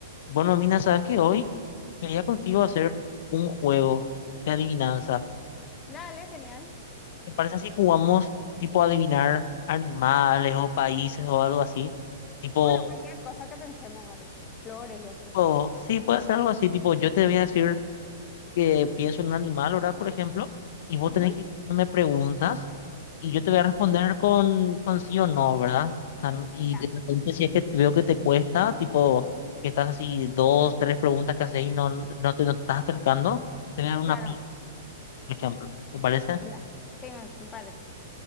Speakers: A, on the left; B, on the left.
A: Bueno, Mina, sabes que hoy quería contigo
B: Sí,
A: hacer un juego de adivinanza.
B: dale, genial.
A: ¿Te parece si jugamos tipo adivinar animales o países o algo así? Tipo,
B: Bueno, cualquier cosa que pensemos, así como flores y
A: tipo,
B: eso que sea.
A: sí, puede ser algo así, tipo, yo te voy a decir que pienso en un animal, ¿verdad? Por ejemplo, y vos
B: Ujú,
A: tenés que ir haciéndome preguntas y yo te voy a responder con, con sí o no, ¿verdad? O sea, n- Y
B: Ya,
A: de repente si es que te- veo que te cuesta, tipo, que estás así dos, tres preguntas que haces y no, no te, no te estás acercando, te voy a dar una
B: claro,
A: pista. por ejemplo. ¿Te parece?
B: ya. Sí, me me parece.